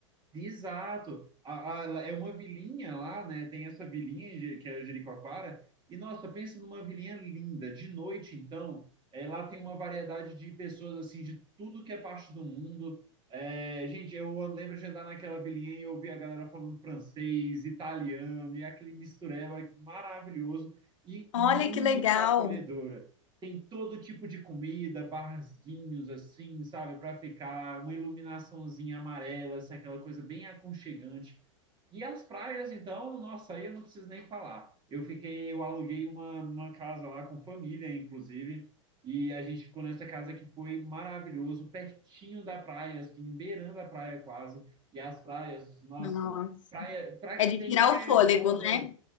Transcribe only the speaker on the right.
Exato. A- a- é uma vilinha lá, né? Tem essa vilinha em Jeri- que é Jericoacoara. E nossa, pensa numa vilinha linda. De noite, então, é, lá tem uma variedade de pessoas assim de tudo que é parte do mundo. É, gente, eu lembro de andar naquela vilinha e ouvir a galera falando francês, italiano e aquele mistureba maravilhoso e muito
acolhedora tem todo tipo de comida, barzinhos assim, sabe, para ficar, uma iluminaçãozinha amarela, assim, aquela coisa bem aconchegante. E as praias, então, nossa, aí eu não preciso nem falar. Eu fiquei, eu aluguei uma, uma casa lá com família, inclusive, e a gente ficou nessa casa que foi maravilhoso, pertinho da praia, assim, beirando a praia quase. E as praias, nossa,
praia, pra-
tem
praia
de onda